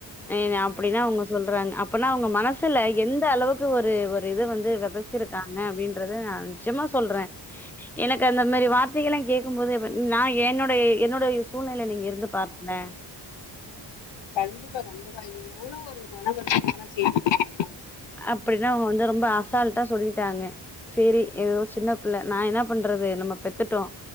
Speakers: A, in the centre; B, on the left (about 75°).
A: என்னை அப்டிதா அவங்க சொல்றாங்க அப்பனா அவங்க மனசுல எந்த அளவுக்கு ஒரு ஒரு இது வந்து த வெதைச்சிருக்காங்க அப்டின்ட்டு இது நா நெஜமா சொல்றே எனக்கு அந்த மாரி வார்த்தைகள்லா கேக்கும்போது நா என்னுடய என்னுடய யூஸ் சூழ்நில நீங்க இருந்து பாருங்களே
B: கண்டிப்பா கண்டிப்பா இது எவ்ளோ ஒரு மனவருத் நா வேண்ணா சேத்திக்கிடட்டுமா
A: அப்டின்னு அவங்க வந்து ரொம்ப அசால்ட்டா சொல்லிட்டாங்க சேரி ஏதோ சின்ன பிள்ள நா என்ன பண்றது நம்ம பெத்துட்டோ